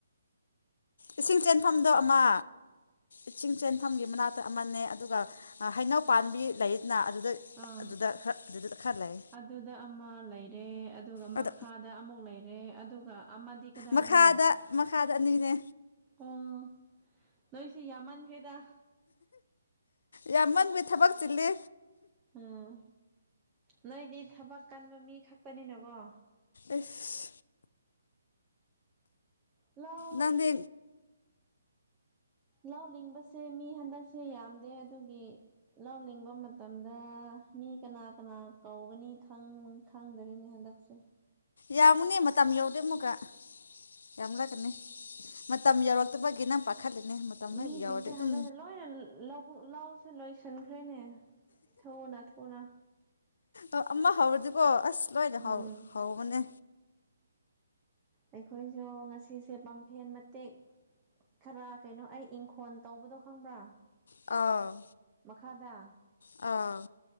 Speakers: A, on the left (about 65°); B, on the right (about 15°).
A: ꯏꯁꯤꯡ ꯆꯦꯟꯐꯝꯗꯣ ꯑꯃ ꯏꯁꯤꯡ ꯆꯦꯟꯐꯝꯒꯤ ꯃꯅꯥꯛꯇ ꯑꯃꯅꯦ ꯑꯗꯨꯒ ꯍꯩꯅꯧ ꯄꯥꯝꯕꯤ ꯂꯩꯅ ꯑꯗꯨꯗ
B: ꯑꯥ
A: ꯑꯗꯨꯗ ꯈꯔ ꯑꯗꯨꯗ ꯈꯔ ꯂꯩ
B: ꯑꯗꯨꯗ ꯑꯃ ꯂꯩꯔꯦ ꯑꯗꯨꯒ
A: ꯑꯗꯣ
B: ꯃꯈꯥ ꯗ ꯑꯃꯨꯛ ꯂꯩꯔꯦ ꯑꯗꯨꯒ ꯑꯃꯗꯤ ꯀꯗꯥꯏꯗꯅꯣ
A: ꯃꯈꯥꯗ ꯃꯈꯥꯗ ꯑꯅꯤꯅꯦ
B: ꯑꯣ ꯅꯣꯏꯁꯦ ꯌꯥꯝꯃꯟꯈꯦꯗ
A: ꯌꯥꯝꯟꯕꯩ ꯊꯕꯛ ꯆꯤꯜꯂꯤ
B: ꯎꯝ ꯅꯣꯏꯗꯤ ꯊꯕꯛ ꯀꯟꯕ ꯃꯤ ꯈꯛꯇꯅꯤꯅꯀꯣ
A: ꯑꯁ
B: ꯂꯥꯎ
A: ꯅꯪꯗꯤ
B: ꯂꯧ ꯂꯤꯡꯕꯁꯦ ꯃꯤ ꯍꯟꯗꯛꯁꯦ ꯌꯥꯝꯗꯦ ꯑꯗꯨꯒꯤ ꯂꯧ ꯂꯤꯡꯕ ꯃꯇꯝꯗ ꯃꯤ ꯀꯅꯥ ꯀꯅꯥ ꯀꯧꯒꯅꯤ ꯈꯪ ꯈꯪꯗꯔꯦꯅꯦ ꯍꯟꯗꯛꯁꯦ
A: ꯌꯥꯝꯃꯨꯅꯦ ꯃꯇꯝ ꯌꯧꯔꯗꯦ ꯑꯃꯨꯛꯀ ꯌꯥꯝ ꯂꯥꯛꯀꯅꯤ ꯃꯇꯝ ꯌꯧꯔ ꯐꯠꯇꯕꯒꯤꯅ ꯄꯥꯈꯠꯂꯤꯅꯦ ꯃꯇꯝ
B: ꯃꯤꯁꯤꯡꯁꯦ
A: ꯍꯦꯛ ꯌꯥꯎꯔꯗꯤ ꯑꯗꯨꯝ
B: <unintelligible> ꯂꯧꯕꯨꯛ ꯂꯧꯁꯨ ꯂꯣꯏꯁꯟꯈ꯭ꯔꯦꯅꯦ ꯊꯨꯅ ꯊꯨꯅ꯫
A: ꯑꯣ ꯑꯃ ꯍꯧꯔꯗꯤꯀꯣ ꯑꯁ ꯂꯣꯏꯅ
B: ꯎꯝ
A: ꯍꯧ-ꯍꯧꯕꯅꯦ꯫
B: ꯑꯩꯈꯣꯏꯁꯨ ꯉꯁꯤꯁꯦ ꯄꯝꯐꯦꯟ ꯃꯇꯦꯛ ꯈꯔ ꯀꯩꯅꯣ ꯑꯩ ꯏꯪꯈꯣꯟ ꯇꯧꯕꯗꯣ ꯈꯪꯕ꯭ꯔꯥ꯫
A: ꯑ꯫
B: ꯃꯈꯥꯗ꯫
A: ꯑ꯫